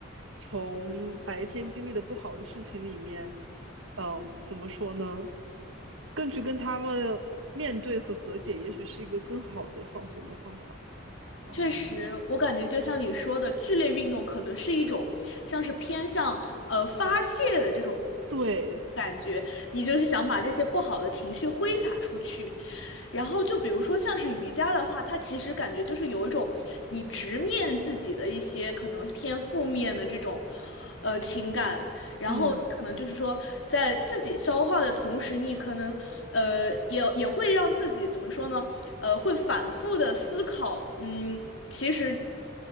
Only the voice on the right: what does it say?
从白天经历的不好的事情里面，嗯，怎么说呢？更去跟他们面对和和解，也许是一个更好的放松的方法。嗯，
对，
嗯